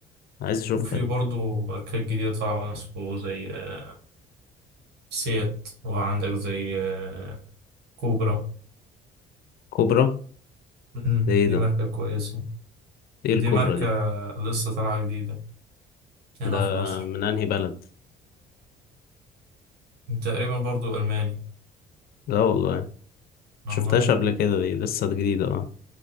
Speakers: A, on the left (about 60°); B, on the right (about 75°).
A: عايز اشوفها
B: وفي
A: دي
B: برضو ماركات جديدة طالعة برضه زي آه، سيات وعندك زي آه، كوبرا
A: كوبرا
B: مم،
A: ده ايه
B: دي
A: ده
B: ماركة كويسة
A: ايه الكوبرا
B: دي ماركة
A: دي
B: لسه طالعة جديدة هنا
A: ده
B: في مصر
A: من انهي بلد
B: تقريبا برضو ألماني
A: لا والله
B: والله
A: شفتهاش قبل كده دي لسه جديدة اه